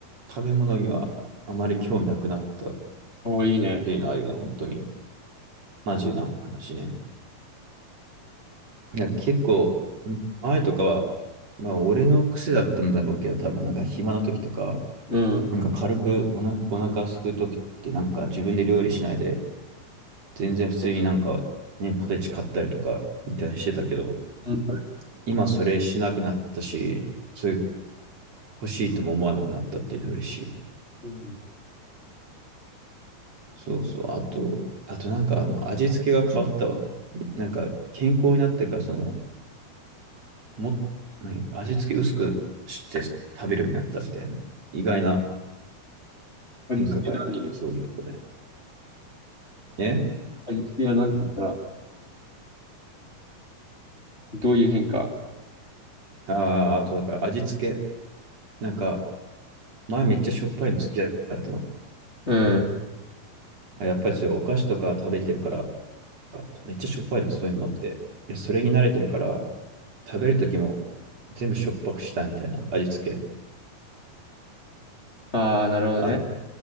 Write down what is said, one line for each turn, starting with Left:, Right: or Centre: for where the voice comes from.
Right: 食べ物にはあまり興味なくなったっ
Left: おーいいね。
Right: ていうのはあるよね、本当に。マジな話ね。いや、結構、前とかは、まあ、俺の癖だったんだろうけど、多分、なんか暇な時とか、
Left: うん。
Right: なんか軽くおな、お腹空く時って、なんか自分で料理しないで、全然普通になんか、ね、ポテチ買ったりとか、みたいにしてたけど、
Left: うん。
Right: 今それしなくなったし、そういう欲しいとも思わなくなったっていうのは嬉しい。
Left: うん。
Right: そうそう。あと、あとなんか、あの、味付けが変わったわ。なんか、健康になってから、その、も、何味付け薄くして食べるようになったみたいな、意外な
Left: 味付けは何
Right: 変化がある。そういうとこで。え
Left: 味付けは何て言ったら、どういう変化
Right: ああー、あとだから味付け、なんか、前めっちゃしょっぱいの好きだったの。
Left: うん。
Right: やっぱりそういうお菓子とか食べてるから、めっちゃしょっぱいの、そういうものって。いや、それに慣れてるから、食べるときも全部しょっぱくしたいみたいな味付け。
Left: ああ、なるほどね。
Right: あ